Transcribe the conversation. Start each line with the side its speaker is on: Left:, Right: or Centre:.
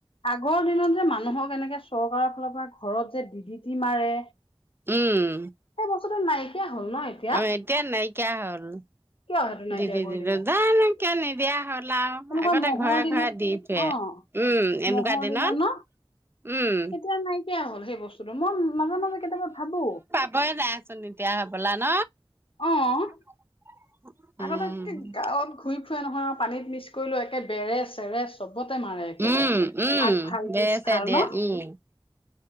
Left: আগৰ দিনত যে মানুহক এনেকে চৰকাৰৰ ফালৰ পৰা ঘৰত যে ডি ডি টি মাৰে।
Right: উম।
Left: সেই বস্তুটো নাই- কিয়া হ'ল ন <unintelligible> এতি
Right: অ' এতিয়া নাইকিয়া হ'ল।
Left: কিয় সেইটো নাইকিয়া
Right: দি দি <unintelligible>
Left: কৰি
Right: টি
Left: দিলে
Right: জানো কিয় নিদিয়া হ'ল আৰু
Left: তেনেকুৱা
Right: আগতে
Left: মহৰ
Right: ঘৰে
Left: দিনত
Right: ঘৰে দি ফুৰে।
Left: অ
Right: উম, এনেকুৱা
Left: মহৰ
Right: দিনত,
Left: ন
Right: উম।
Left: এতিয়া নাইকিয়া হ'ল সেই বস্তুটো, মই মাজে মাজে কেতিয়াবা ভাবো।
Right: খবৰে নাই চোন এতিয়া হ'বলা ন?
Left: অ'।
Right: <unintelligible> উম
Left: আগতে একে গাঁৱত ঘূৰি ফুৰে নহয়, পানীত মিক্স কৰিলো একে বেৰে-চেৰে চবতে মাৰে একেবাৰে,
Right: উম উম
Left: আগফাল,
Right: বেছে
Left: পিছফাল
Right: দিয়ে
Left: ন?
Right: উম